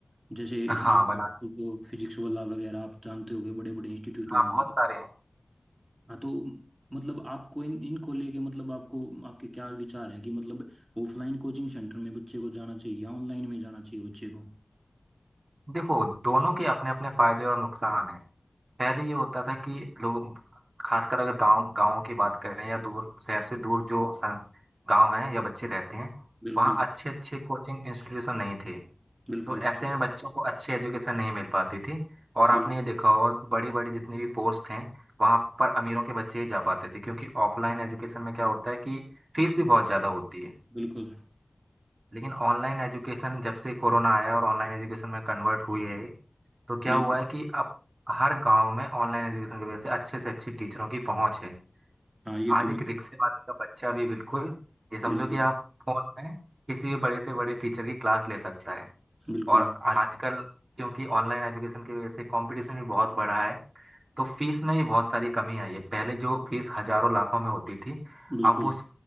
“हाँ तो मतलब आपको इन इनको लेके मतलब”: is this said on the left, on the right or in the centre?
Right